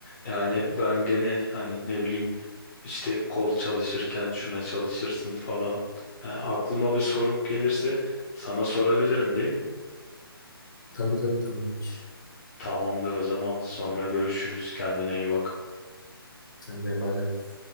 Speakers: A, on the left; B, on the left.
A: Yani ben gene hani ne bileyim işte kol çalışırken şuna çalışırsın falan. Yani aklıma bir sorum gelirse sana sorabilirim değil mi?
B: Tabii tabii tamamdır.
A: Tamamdır o zaman. Sonra görüşürüz. Kendine iyi bak.
B: Sen de bay bay.